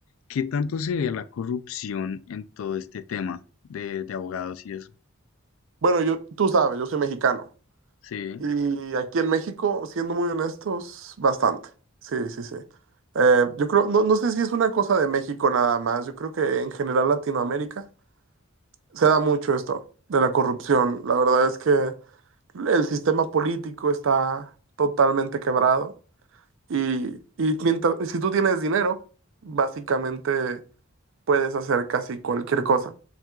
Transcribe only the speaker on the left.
¿Qué tanto se ve la corrupción en todo este tema de, de abogados y eso?
Sí.